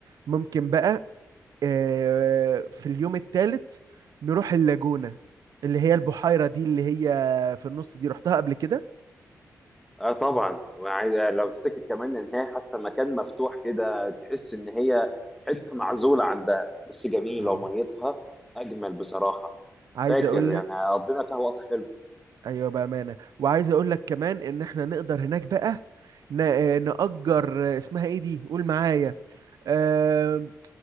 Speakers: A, on the right (about 80°); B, in the centre.
A: ممكن بقى آه، في اليوم الثالث نروح اللاجونة اللي هي البحيرة دي اللي هي في النص دي رحتها قبل كده
B: اه طبعا وعايز آه، لو تفتكر كمان ان هي حتى مكان مفتوح كده تحس ان هي حته معزوله عن دهب بس جميله
A: اه
B: وميتها اجمل بصراحه
A: عايز
B: فاكر
A: اقول
B: يعني قضينا فيها وقت حلو
A: ايوه بامانه وعايز اقول لك كمان ان احنا نقدر هناك بقى ن- آه، نأجر آه، اسمها ايه دي قول معايا آه،